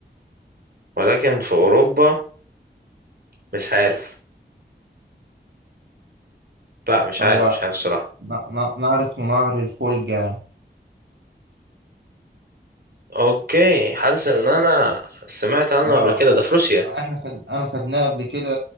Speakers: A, on the right; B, on the right.
A: ولكن في اوروبا مش عارف لا مش
B: هو
A: عارف مش عارف الصراحة
B: ن- ن- نهر اسمه نهر الفولجا
A: اوكي حاسس ان انا سمعت
B: اه
A: عنه قبل كده
B: و-
A: ده في روسيا
B: احنا خد... انا خدناه قبل كده